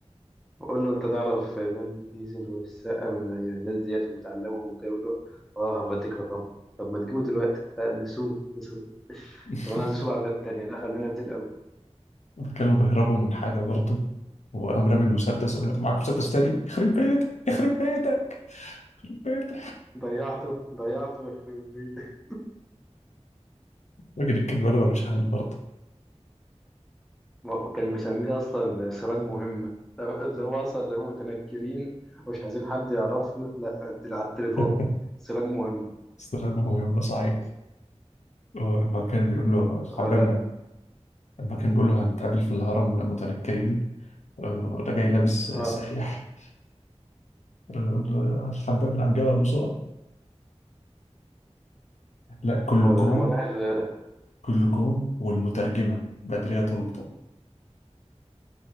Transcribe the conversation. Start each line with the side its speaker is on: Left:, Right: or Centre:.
Centre: بقول له انت تعرف فان ديزل والسقا والناس ديت وبتعلمهم وكده بيقول له اه هبديك رقمهم طب ما تجيبه دلوقتي لا نسوق نسوق
Left: <laughs>
Centre: طب انا عايز اسوق عربيات تانية لا خلينا في دي الاول
Left: لما كانوا بيهربوا من حاجة برضه وقام رامي المسدس وقال له، معاك مسدس تاني يخرب بيتك يخرب بيتك بيت
Centre: ضيعته ضيعته <laughs>
Left: فاكر الكلمة ولا مش حل برضه
Centre: وكان مسميه اصلا سراج مهمه اللي هو اصلا متنكرين ومش عايزين حد يعرفنا لا على التليفون
Left: <laughs>
Centre: سراج مهم
Left: استغرب ما هو يوم ده صعيد لما كان بيقول له
Centre: ولا
Left: حبابنا لما كان بيقول له هنتقابل في الهرم متنكرين آه، ده جاي لابس
Centre: اه
Left: سايح آه، الحباب عن جبل بسرعة لا كلكم
Centre: هو لما راح ال-
Left: كلكم والمترجمة بدرية طلبة